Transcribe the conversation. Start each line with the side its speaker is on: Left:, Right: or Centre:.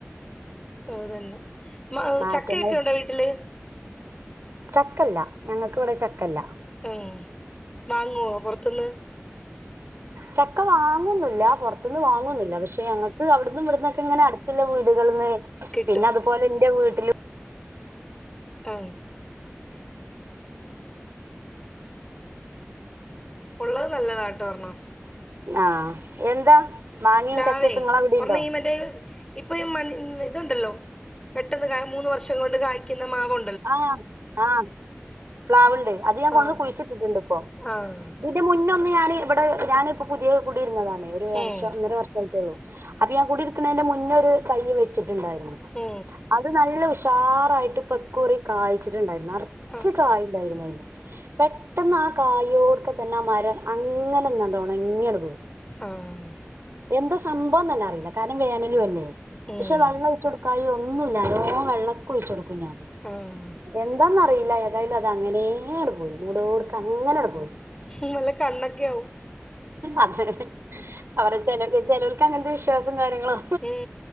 Left: അതെന്നെ മ
Right: നാറ്റങ്ങൾ
Left: ചക്കയൊക്കെണ്ടോ വീട്ടില്
Right: ചക്കല്ല ഞങ്ങക്ക് വടെ ചക്കല്ല
Left: ഉം വാങ്ങുവോ പുറത്തുന്ന്
Right: ചക്ക വാങ്ങൊന്നുല്ല പൊർത്ത്ന്ന് വാങ്ങൊന്നുല്ല പക്ഷെ ഞങ്ങക്കവ്ട്ന്നും ഇവിട്ന്നൊക്കെങ്ങനെ അട്ത്ത്ള്ള വീട്കൾന്ന്
Left: കിട്ടും
Right: പിന്നെ അതുപോലെ ഇന്റെ വീട്ട്ലും
Left: ഏ ഒള്ളത് നല്ലതാട്ടോ ഒര്ണ്ണം
Right: ആഹ് എന്താ മാങ്ങയും
Left: പ്ലാവെ
Right: ചക്കയൊക്കെ ഇങ്ങളെ അവിടിണ്ടോ
Left: ഒർണീമറ്റെ ഇപ്പീ മൺ ഇതുണ്ടല്ലോ പെട്ടെന്ന് മൂന്ന് വർഷം കൊണ്ട് കായ്ക്കുന്ന മാവൊ
Right: ആഹ് ആഹ് പ്ലാവ്ണ്ട് അത് ഞാൻ
Left: ആഹ്
Right: കൊണ്ടന്ന് കുഴിച്ചിട്ടിട്ട്ണ്ട് പ്പൊ
Left: ആഹ്
Right: ഇതിന്റെ മുന്നൊന്ന് ഞാൻ ഇവടെ ഞാനിപ്പോ പുത്യേത് കുടിര്ന്നതാണെ ഒരു വർഷം
Left: ഏഹ്
Right: ഒന്നര വർഷമായിട്ടൊള്ളു അപ്പൊ ഞാൻ കുടിയിരിക്ക്ണേന്റെ മുന്നൊരു തയ്യ് വെച്ച്ണ്ടായിര്ന്നു
Left: ഏ
Right: അത് നല്ല ഉഷാറായിട്ട് ഇപക്കുറി കായ്ച്ചിട്ടുണ്ടായിരുന്നു നർച്ച്
Left: ആഹ്
Right: കായ്ണ്ടായിര്ന്നു അയ്മ്മേ പെട്ടെന്ന് ആ കായോട്ക്കെത്തെന്നാ മരം അങ്ങനണ്ടൊണങ്ങിയണ്ട് പോയി
Left: ആഹ്
Right: എന്താ സംഭവം തന്നറില്ല കാരണം വേനലും അല്ലേ
Left: ഏഹ്
Right: പക്ഷെ വെള്ളൊയ്ച്ചൊട് ക്കായ് ഒന്നുല്ല നല്ലോം വെള്ളൊക്കൊയ്ച്ചൊടുക്കും ഞാൻ
Left: ആഹ്
Right: എന്താന്നറില്ല ഏതായാലും അത് അങ്ങനെ അണ്ട് പോയി മുടോട്ക്കെ അങ്ങനണ്ട് പോയി
Left: ഇനി വല്ല കല്ലൊക്കാവും
Right: അതെന്നെ അവരെ ചെലവ് ചെലോൽക്കങ്ങൻത്തെ വിശ്വാസം കാര്യങ്ങളൊ
Left: ഉം